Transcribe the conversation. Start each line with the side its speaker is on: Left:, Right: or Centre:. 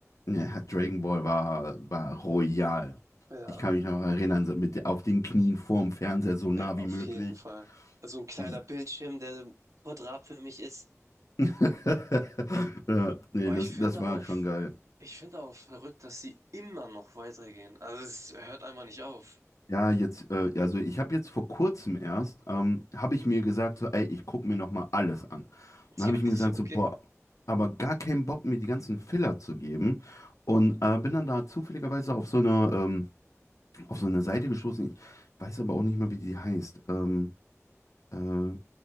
Left: ja, Ja, Dragon Ball war, war royal.
Right: Ja,
Left: Ich kann mich noch erinnern, so mit auf den Knien vorm Fernseher so nah
Right: äh, auf
Left: wie möglich.
Right: jeden Fall. Also ein kleiner
Left: Diese
Right: Bildschirm, der quadratförmig ist.
Left: <laughs> ja, nee,
Right: Boah,
Left: das,
Right: ich finde
Left: das
Right: aber
Left: war
Right: auch,
Left: schon geil.
Right: ich finde aber auch verrückt, dass sie immer noch weitergehen. Also es hört einfach nicht auf.
Left: Ja, jetzt, äh, ja, also ich habe jetzt vor kurzem erst, ähm, habe ich mir gesagt, so, ey, ich gucke mir nochmal alles an.
Right: <laughs>
Left: Dann
Right: Ja,
Left: habe ich mir
Right: ich-
Left: gesagt,
Right: okay.
Left: so, boah, aber gar keinen Bock, mir die ganzen Filler zu geben. Und äh, bin dann da zufälligerweise auf so eine, ähm, auf so eine Seite gestoßen. Ich weiß aber auch nicht mehr, wie die heißt. Ähm, Äh,